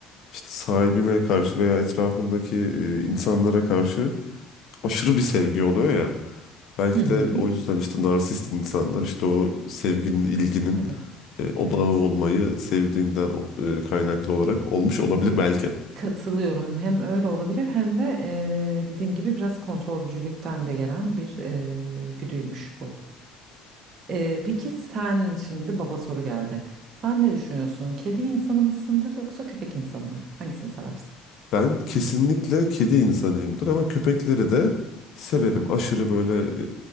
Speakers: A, on the left; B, on the right.
A: işte sahibine karşı veya etrafındaki e, insanlara karşı aşırı bir sevgi oluyor ya. Belki
B: Hı hı.
A: de o yüzden işte narsist insanlar işte o sevginin, ilginin
B: Evet.
A: e, odağı
B: Evet.
A: olmayı sevdiğinden o- e, kaynaklı olarak olmuş olabilir belki.
B: Katılıyorum. Hem öyle olabilir hem de e, dediğim gibi biraz kontrolcülükten de gelen bir e, güdüymüş bu. E, peki sen şimdi baba soru geldi. Sen ne düşünüyorsun? Kedi insanı mısındır yoksa köpek insanı mı? Hangisini seversin?
A: Ben kesinlikle kedi insanıyımdır ama köpekleri de severim. Aşırı böyle